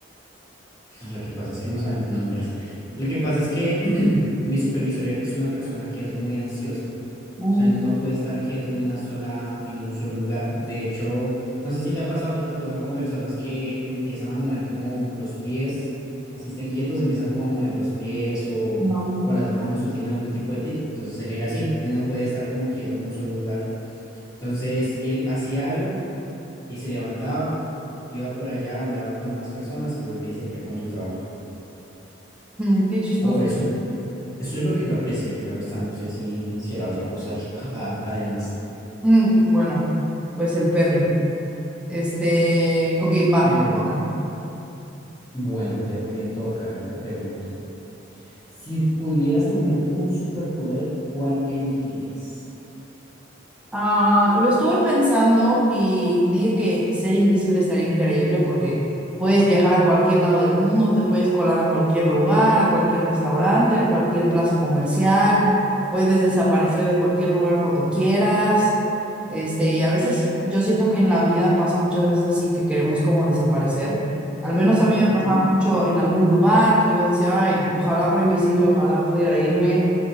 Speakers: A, on the left; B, in the centre.
A: Lo que pasa es que no sabemos, no mentiras. Lo que pasa es que <clears throat> mi supervisor er- es una persona que es muy ansiosa.
B: Mm,
A: O sea, él no puede estar quieto en una sola, en un solo lugar. De hecho, no sé si te ha pasado que te toca con personas que empiezan a mover como los pies, así estén quietos, empiezan como a mover los pies o,
B: ajá.
A: o las manos o tiene algún tipo de tic. Entonces él era así, él no podía estar como quieto en un solo lugar. Entonces él hacía algo y se levantaba, iba por allá, hablaba con más personas y volvía y seguía con su trabajo.
B: Mm, qué chistoso.
A: O eso es, eso es lo que yo aprecié, claro está, no sé si, si era otra cosa ahí, <laughs> a- además.
B: Mm, bueno, pues el Perry. Este, ok, va,
A: Perry,
B: Jorge.
A: bueno, te, me toca, a ver, te pregunto. Si pudieras tener un superpoder, ¿cuál elegirías?
B: Ah, lo estuve pensando y dije que ser invisible estaría increíble porque puedes viajar a cualquier lado del mundo, te puedes colar a cualquier lugar, a cualquier restaurante, a cualquier plaza comercial, puedes desaparecer de cualquier lugar cuando quieras. Este, y a veces yo siento que en la vida pasa muchas veces así que queremos como desaparecer. Al menos a mí me
A: Ujú.
B: pasaba mucho en algún lugar que yo decía, ay, ojalá fuera invisible, ojalá pudiera irme.